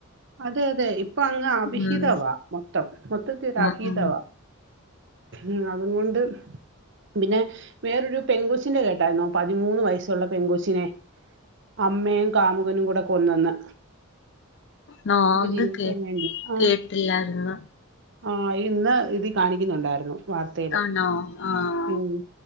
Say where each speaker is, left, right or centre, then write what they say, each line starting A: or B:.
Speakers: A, on the right (about 55°); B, on the left (about 55°).
A: അതെ അതെ ഇപ്പൊ അങ്ങ് അവിഹിതവാ
B: ഉം
A: മൊത്തം മൊത്തത്തി ഒരു
B: ഉം
A: അവിഹിതവാ
B: ഉം
A: ഉം അതും കൊണ്ട് പിന്നെ വേറൊരു പെൻകൊച്ചിന്റെ കേട്ടായിന്നോ പതിമൂന്ന് വയസ്സുള്ള പെൻകൊച്ചിനെ അമ്മയും കാമുകനും കൂടെ കൊന്നന്ന്
B: നാന്ത്
A: ജീവിക്കാൻ
B: കേ
A: വേണ്ടി ആഹ്
B: കേട്ടില്ലാരുന്നു
A: ആഹ് ഇന്ന് ഇതി കാണിക്കുന്നുണ്ടായിരുന്നു വാർത്തെയില്
B: ആണോ ആഹ്
A: ഉം